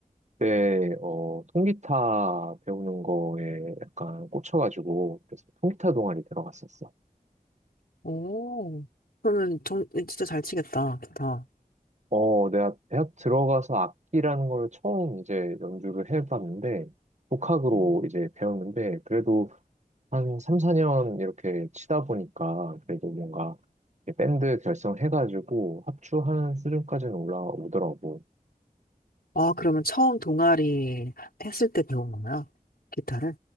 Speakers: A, on the right (about 50°); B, on the left (about 85°).
A: 그때, 어, 통기타 배우는 거에 약간 꽂혀가지고, 그래서 통기타 동아리 들어갔었어.
B: 오, 그러면 정, 진짜 잘 치겠다, 기타.
A: 어, 내가 대학 들어가서 악기라는 걸 처음 이제 연주를 해봤는데, 독학으로
B: 음.
A: 이제 배웠는데, 그래도 한 3, 4년 이렇게 치다 보니까, 그래도 뭔가, 이렇게 밴드 결성해가지고 합주하는 수준까지는 올라오더라고.
B: 아, 그러면 처음 동아리 했을 때 배운 거야? 기타를?